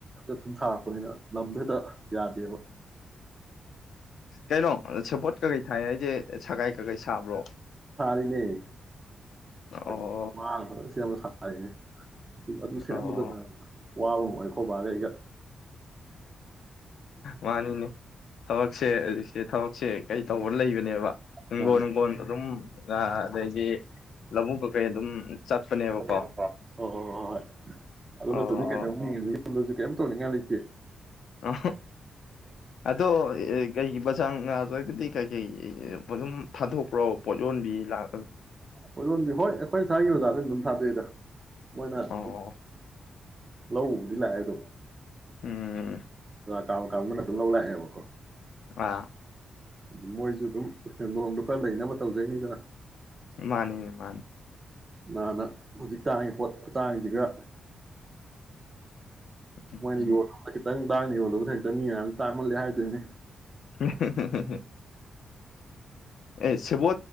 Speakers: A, on the right; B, on the left.
A: ꯊꯝ ꯊ ꯅ ꯂꯗ ꯌꯥꯗꯦꯕ
B: ꯀꯩꯅꯩꯅꯣꯄꯣꯠ ꯀꯩ ꯊꯥꯏ ꯍꯥꯏꯁꯦ ꯁꯒꯥꯏ ꯀꯀꯩ ꯁꯥꯕ꯭ꯔꯣ
A: ꯁꯥꯔꯤꯅꯦꯩꯅ
B: ꯑꯣ
A: ꯃꯥꯜ ꯁꯤ ꯍꯥꯏꯦ ꯑꯗꯨ ꯑꯗꯨ ꯁꯦꯝꯃꯗ
B: ꯑꯣ
A: ꯇꯕ ꯋꯥꯕꯝ ꯑꯣꯏꯈꯣꯕꯒ ꯑꯩꯒ
B: ꯃꯥꯅꯤꯅꯦ ꯊꯕꯛꯁꯦ ꯍꯧꯖꯤꯛꯁꯦ ꯊꯕꯛ ꯁꯦ ꯀꯩ ꯇꯧꯕ ꯂꯩꯕꯅꯦꯕ ꯍꯤꯡꯒꯣꯜ
A: ꯅꯍꯥꯟ
B: ꯅꯨꯡꯒꯣꯟ ꯑꯗꯨꯝ ꯑꯗꯩꯗꯤ ꯂꯧꯕꯨꯛꯛ ꯈꯦ ꯑꯗꯨꯝ ꯆꯠꯄꯅꯦꯕꯀꯣ
A: ꯅꯦꯕ ꯑꯣ ꯑꯣ ꯍ ꯍꯣꯏ ꯑꯗꯨꯅꯠꯇꯗꯤ
B: ꯑꯣ
A: ꯀꯩꯗꯧꯅꯤ ꯌꯗꯁꯨ ꯀꯩꯝ ꯇꯧꯅꯤꯡꯉꯥꯏ ꯂꯩꯇꯦ
B: ꯑ ꯑꯗꯣ ꯀꯩꯒꯤ ꯕꯖꯥꯔ ꯅꯨꯡ ꯅꯥꯗ꯭ꯔꯒꯗꯤ ꯀꯩꯀꯩ ꯑꯗꯨꯝ ꯊꯥꯗꯣꯛꯄ ꯀ꯭ꯔꯧ ꯄꯣꯠ ꯌꯣꯟꯕꯤ ꯂꯥꯛ
A: ꯍꯣꯏꯔꯣꯝꯕꯤ ꯍꯣꯏ ꯑꯩꯈꯣꯏ ꯏꯁꯥꯒꯤ ꯑꯣꯖꯥꯗ ꯑꯗꯨꯝ ꯊꯥꯗꯣꯛꯏꯦꯗ ꯃꯅ
B: ꯑꯣ
A: ꯂ ꯎꯕꯨꯗꯤ ꯂꯥꯛꯑꯦ ꯑꯗꯨꯝ
B: ꯎꯝ
A: ꯀꯥꯡꯥ ꯀꯥꯡꯕꯅ ꯑꯗꯨꯝ ꯂꯧ ꯂꯥꯛꯑꯦꯕꯀꯣ
B: ꯑ
A: ꯑꯗꯨ ꯃꯣꯏꯁꯨ ꯑꯗꯨꯝ ꯅꯣꯡꯗꯨ ꯈꯔ ꯂꯩꯅꯕ ꯇꯧꯖꯩꯅꯤꯗꯅ
B: ꯃꯥꯅꯤꯅꯦ ꯃꯥꯅꯤ
A: ꯅꯥꯟꯅ ꯍꯧꯖꯤꯛ ꯇꯥꯡꯉꯤ ꯄꯣꯠ ꯈꯨꯇꯥꯡꯁꯤꯒ
B: ꯎꯝ
A: ꯃꯅꯦ
B: ꯎꯝ
A: ꯌ ꯇꯥꯡꯅꯤ ꯌꯣꯜꯂꯕ ꯍꯦꯛꯇ ꯃꯤꯉ ꯇꯥꯡꯃꯜꯂꯦ ꯍꯥꯏꯗꯣꯏꯅꯦ
B: <inaudible> ꯑꯦ ꯁꯤꯕ